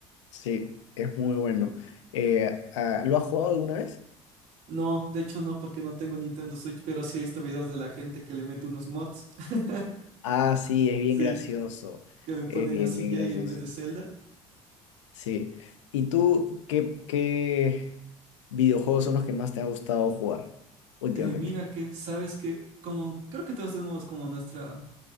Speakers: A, on the left; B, on the right.
A: sí, es muy bueno. Eh, ah, ¿lo has jugado alguna vez?
B: No, de hecho no, porque no tengo Nintendo Switch, pero sí he visto videos de la gente que le mete unos mods, <laughs>
A: Ah, sí, es bien
B: sí,
A: gracioso.
B: que le
A: Es
B: ponen
A: bien,
B: a CJ
A: bien gracioso.
B: en vez de Zelda.
A: Sí. ¿Y tú qué, qué videojuegos son los que más te ha gustado jugar últimamente?
B: Eh, mira que, sabes que, como, creo que todos tenemos como nuestra,